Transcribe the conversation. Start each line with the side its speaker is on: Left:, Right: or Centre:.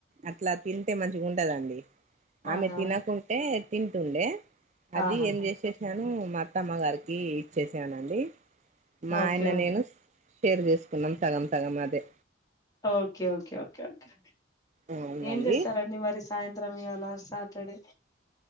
Right: అట్లా తింటే మంచిగుండదండి. ఆమె
Left: ఆహా
Right: తినకుంటే తింటుండే అది
Left: ఆహాహా
Right: ఏం చేశేశ్ శానూ మా అత్తమ్మ గారికి ఇచ్చేశానండి మా
Left: ఓకే
Right: ఆయన నేను. షేర్ చేసుకున్నం సగం సగం అదే
Left: ఓకే ఓకే ఓకే ఓకే
Right: అవునండి
Left: ఏం చేస్తారండి మరి సాయంత్ త్రం ఇవాళా సాటర్డే